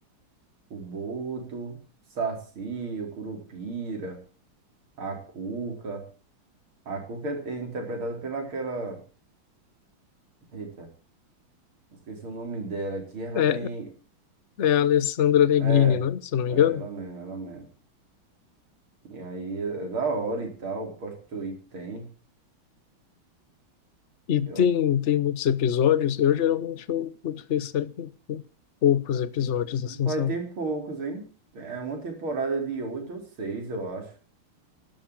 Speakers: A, on the right (about 75°); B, on the left (about 50°).
A: o Boto, o Saci, o Curupira, a Cuca. A Cuca é interpretada pela aquela. Eita, esqueci o nome dela, que ela
B: É,
A: tem.
B: é, É a Alessandra Negrini,
A: É,
B: né? Se eu não me
A: é
B: engano.
A: ela mesmo, ela mesmo. E aí é é da hora e tal, posto Twitch tem.
B: E tem,
A: Eu...
B: tem muitos episódios. Eu geralmente eu curto ver série com, com poucos episódios, assim,
A: Pai,
B: sabe?
A: tem poucos, hein? É uma temporada de oito ou seis, eu acho.